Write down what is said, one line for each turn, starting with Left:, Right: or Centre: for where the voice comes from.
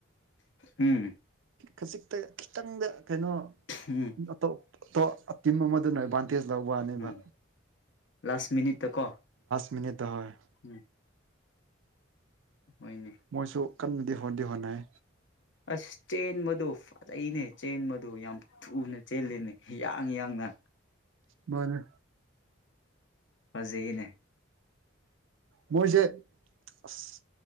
Left: ꯎꯝ
Right: ꯈꯖꯤꯛꯇ ꯈꯤꯇꯪꯗ ꯀꯩꯅꯣꯇꯣꯞ
Left: ꯎꯝ
Right: ꯇꯤꯝ ꯑꯃꯗꯨꯅ ꯑꯦꯕꯥ ꯀꯦꯁ ꯂꯥꯎ ꯋꯥꯅꯦꯕ
Left: ꯎꯝ ꯂꯥꯁ ꯃꯤꯅꯤꯠꯇ ꯀꯣ
Right: ꯃꯤꯅꯤꯗ ꯍꯣꯢ
Left: ꯎꯝ ꯃꯅꯤ
Right: ꯃꯣꯏꯁꯨ ꯀꯟꯅꯗꯤ ꯍꯣꯠꯅꯗꯤ ꯍꯣꯠꯅꯩ
Left: ꯑꯁ ꯆꯦꯟꯕꯗꯣ ꯐꯖꯩꯅꯦ ꯆꯦꯟꯕꯗꯣ ꯌꯥꯝ ꯊꯨꯅ ꯆꯦꯜꯂꯤꯅꯦ ꯍꯤꯌꯥꯡ ꯌꯥꯡꯅ
Right: ꯃꯥꯅꯦ
Left: ꯐꯖꯩꯌꯦꯅꯦ
Right: ꯃꯣꯏꯁꯦ ꯑꯁ